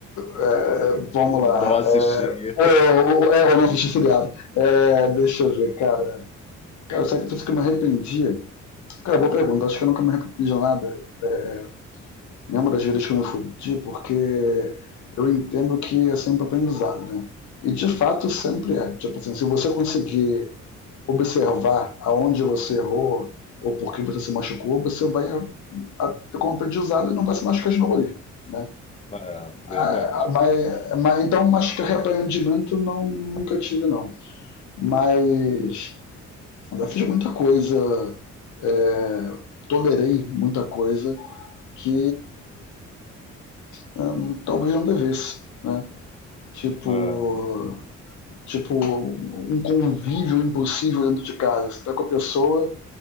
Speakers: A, on the left; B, on the left.
A: é, vamos
B: e
A: lá,
B: não assistir.
A: é, ou, ou, é, ou não assisti seriado, é, deixa eu ver, cara. Cara, sabe que eu me arrependi? Cara, boa pergunta, acho que eu nunca me arrependi de nada. É, Lembro das vezes que eu me fudi, porque eu entendo que é sempre aprendizado, né? E de fato sempre é. Tipo assim, se você conseguir observar aonde você errou ou por que você se machucou, você vai a- a- ter como aprendizado e não vai se machucar de novo ali, né?
B: É, verdade.
A: Ah, mas, mas- então, mas que arrependimento não, nunca tive, não. Mas eu já fiz muita coisa, é, tolerei muita coisa que hum, talvez não devesse, né? tipo,
B: É,
A: tipo um convívio impossível dentro de casa. Você tá com a pessoa